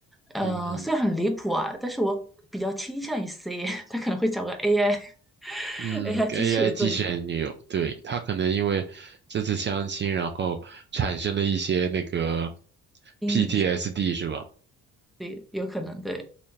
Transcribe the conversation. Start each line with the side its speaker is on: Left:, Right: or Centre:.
Centre: 呃，
Right: 嗯，
Centre: 虽然很离谱啊，但是我比较倾向于 C，<laughs> 他可能会找个 AI，AI
Right: 嗯，AI
Centre: <laughs> 机器人做女朋
Right: 机器人女友，对，她可能因为这次相亲，然后产生了一些那个
Centre: 友，
Right: PTSD
Centre: 阴影是吧
Right: 是吧？
Centre: 对，有可能对，